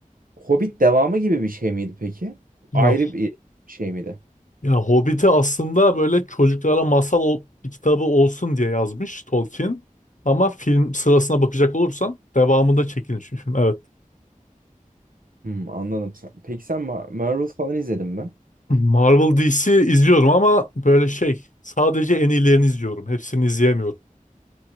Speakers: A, on the right (about 85°); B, on the left (about 65°).
A: Hobbit devamı gibi bir şey miydi peki?
B: Ya,
A: Ayrı bir şey miydi?
B: ya Hobbit'i aslında böyle çocuklara masal ol- kitabı olsun diye yazmış Tolkien. Ama film sırasına bakacak olursan devamında çekilmiş bir film. Evet.
A: Hmm, anladım. Sen- Peki sen Ma- Marvel falan izledin mi?
B: Marvel DC izliyorum ama böyle şey sadece en iyilerini izliyorum. Hepsini izleyemiyorum.